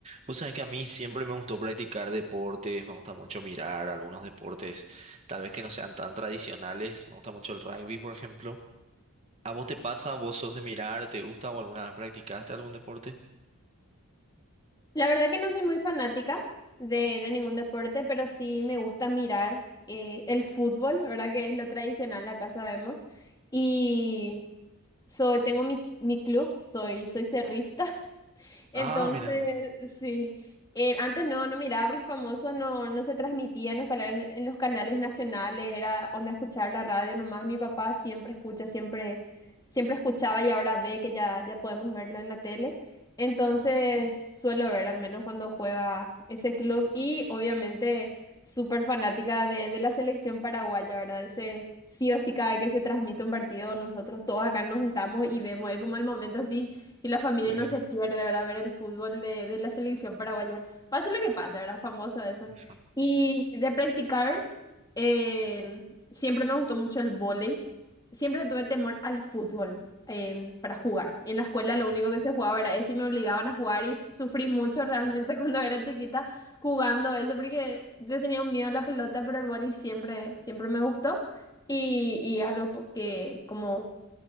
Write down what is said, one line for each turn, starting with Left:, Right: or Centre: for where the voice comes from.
Right: Pues sabes que a mí siempre me gustó practicar deportes, me gusta mucho mirar algunos deportes, tal vez que no sean tan tradicionales, me gusta mucho el rugby, por ejemplo. ¿A vos te pasa? ¿Vos sos de mirar? ¿Te gusta o alguna vez practicaste algún deporte?
Left: La verdad que no soy muy fanática de, de ningún deporte, pero sí me gusta mirar eh, el fútbol, la verdad que es lo tradicional, acá sabemos. Y soy, tengo mi, mi club, soy, soy cerrista, <laughs> Entonces,
Right: Ah, mira vos.
Left: sí. Eh, antes no, no miraba porque famoso no, no se transmitía en los canales, en los canales nacionales, era onda escuchar la radio nomás. Mi papá siempre escucha, siempre, siempre escuchaba y ahora ve que ya, ya podemos verlo en la tele. Entonces
Right: <laughs> Ujú.
Left: suelo ver al menos cuando juega ese club y obviamente súper fanática de, de la selección paraguaya, ¿verdad? Ese sí o sí cada vez que se transmite un partido, nosotros todos acá nos juntamos y vemos, es como el momento así. Y la familia
Right: Sí,
Left: no se pierde, ¿verdad? Ver el fútbol de, de la selección paraguaya. Pase lo que pase, ¿verdad? Famoso eso.
Right: eso.
Left: Y de practicar, eh, siempre me gustó mucho el vóley. Siempre tuve temor al fútbol eh, para jugar. Y en la escuela lo
Right: Ah.
Left: único que se jugaba era eso y me obligaban a jugar y sufrí mucho realmente <laughs> cuando era chiquita jugando eso porque le tenía un miedo a la pelota, pero el vóley siempre, siempre me gustó. Y, y es algo po- que como